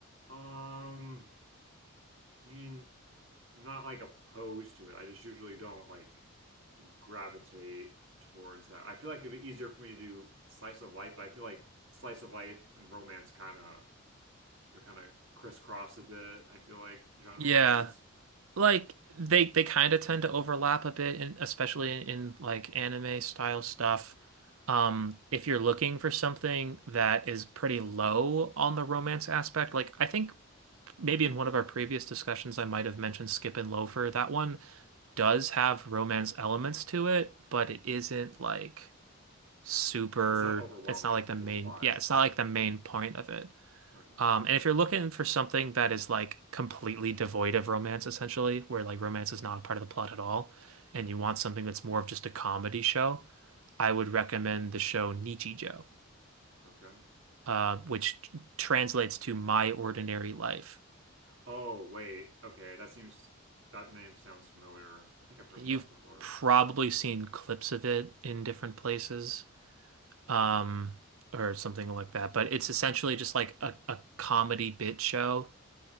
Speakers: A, on the right (about 60°); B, on the right (about 75°).
A: Um, I mean, I'm not like opposed to it. I just usually don't like gravitate towards that. I feel like it'd be easier for me to do slice of life, but I feel like slice of life and romance kind of they're kind of crisscross a bit. I feel like genre
B: Yeah,
A: wise,
B: like they they kind of tend to overlap a bit in, especially in, in like anime style stuff. Um, if you're looking for something that is pretty low on the romance aspect, like I think maybe in one of our previous discussions I might have mentioned Skip and Loafer. That one does have romance elements to it, but it isn't like super,
A: it's not overwhelming
B: it's not like the
A: to
B: main,
A: the plot.
B: yeah, it's not like the main point of it.
A: Okay,
B: Um, and if you're looking for something that is like completely devoid of romance, essentially, where like romance is not a part of the plot at all, and you want something that's more of just a comedy show, I would recommend the show Nichijou,
A: okay.
B: uh, which t- translates to My Ordinary Life.
A: Oh wait, okay. That seems that name sounds familiar. I think I've heard
B: You've
A: of that before.
B: probably seen clips of it in different places, um, or something like that, but it's essentially just like a, a comedy bit show